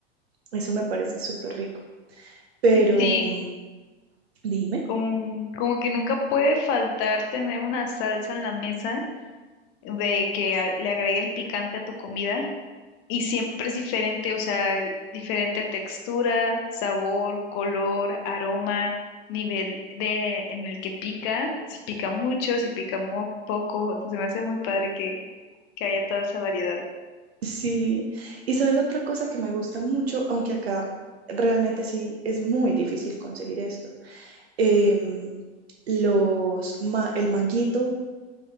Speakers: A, on the right (about 65°); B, on the left (about 35°).
A: Eso me parece súper rico. Pero
B: Sí,
A: mm, dime.
B: como, como que nunca puede faltar tener una salsa en la mesa de que a- le agregue el picante a tu comida Y siempre es diferente, o sea, diferente textura, sabor, color, aroma, nivel de en el que pica, si pica mucho, si pica muy poco, o sea, se me hace muy padre que, que haya toda esa variedad.
A: Sí, y sabes otra cosa que me gusta mucho, aunque acá realmente sí es muy difícil conseguir esto. em, los ma- el manguito,